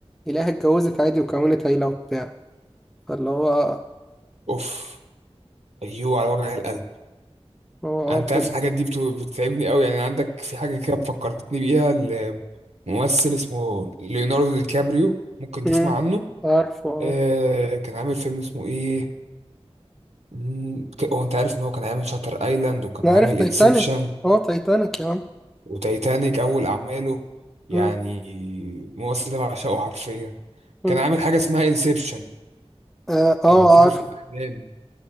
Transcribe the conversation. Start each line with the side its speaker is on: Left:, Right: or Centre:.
Centre: يلاقيها اتجوزت عادي وكونت عيلة وبتاع فاللي هو
Right: اوف ايوه على وجع القلب
Centre: هو
Right: انت
Centre: اه فيلم
Right: عارف الحاجات دي بت- بتتعبني قوي يعني عندك في حاجه كده فكرتني بيها الممثل اسمه ليوناردو دي كابريو ممكن
Centre: مم.
Right: تسمع عنه
Centre: عارفه اه
Right: آه كان عامل فيلم اسمه ايه مم، ك- هو انت عارف ان هو كان عامل شاتر ايلاند وكان
Centre: أنا
Right: عامل
Centre: عارف تايتانيك
Right: انسبشن
Centre: اه تايتانيك يا عم
Right: وتايتانيك اول اعماله يعني
Centre: مم.
Right: الممثل ده بعشقه حرفيا
Centre: مم.
Right: كان عامل حاجه اسمها انسبشن
Centre: اه آه،
Right: كان بيسافر
Centre: عارف
Right: في الاحلام